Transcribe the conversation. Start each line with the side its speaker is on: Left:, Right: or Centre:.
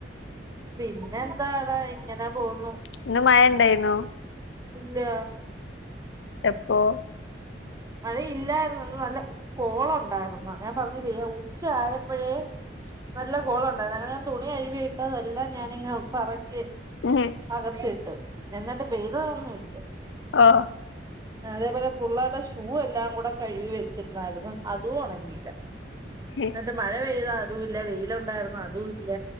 Right: പിന്നെ എന്താടാ ഇങ്ങനെ പോന്നു
Left: ഇന്ന് മഴ ഇണ്ടായിന്നോ
Right: ഇല്ല
Left: എപ്പോ
Right: മഴയില്ലായിരുന്നു നല്ല കോള് ഉണ്ടായിരുന്നു ഞാൻ പറഞ്ഞില്ലേ ഉച്ച ആയപ്പോഴേ നല്ല കോള് ഉണ്ടായിരുന്നു അങ്ങനെ ഞാൻ തുണി കഴുകി ഇട്ടതെല്ലാം ഞാനിങ്ങ് പറയ്
Left: ആഹ്
Right: അകത്തി ഇട്ട് എന്നിട്ട് പെയ്തോന്നും ഇല്ല
Left: ആ
Right: അതേപോലെ പുള്ളാർടെ- ഷൂ എല്ലാം കൂടെ കഴുകി വെച്ചിരുന്നായിരുന്നു അതും ഉണങ്ങിയില്ല
Left: ഓ
Right: എന്നിട്ട് മഴ പെയ്താ അതും ഇല്ല വെയിലുണ്ടായിരുന്നു അതും ഇല്ല